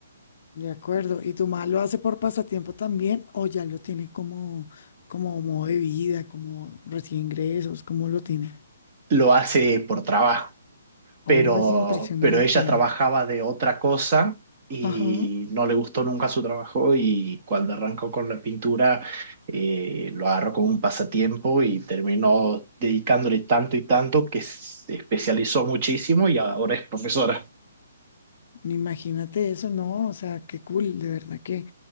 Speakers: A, on the left; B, on the right.
A: De acuerdo. ¿Y tu mamá lo hace por pasatiempo también o ya lo tiene como, como modo de vida, como recibe ingresos? ¿Cómo lo tiene?
B: Lo hace por trabajo. pero,
A: Oye, impresionante.
B: pero ella trabajaba de otra cosa y
A: Ajá.
B: no le gustó nunca su trabajo y cuando arrancó con la pintura eh, lo agarró como un pasatiempo y terminó dedicándole tanto y tanto que se especializó muchísimo y ahora es profesora.
A: Imagínate eso, ¿no? O sea, qué cool, de verdad que